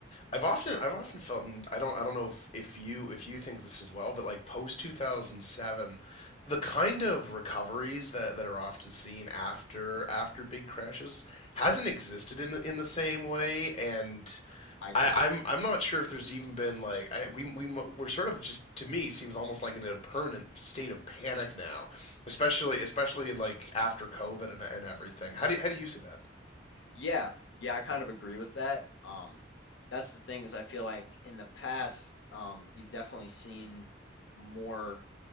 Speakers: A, on the left; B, on the left.
A: I've often I've often felt and I don't I don't know if, if you if you think this as well, but like post 2007, the kind of recoveries that, that are often seen after after big crashes hasn't existed in the in the same way and
B: I agree.
A: I, I'm I'm not sure if there's even been like I, we we mo- we're sort of just to me seems almost like in a permanent state of panic now, especially especially in like after COVID and, and everything. How do you, how do you see that?
B: Yeah, yeah, I kind of agree with that. Um, that's the thing is I feel like in the past, um, you've definitely seen more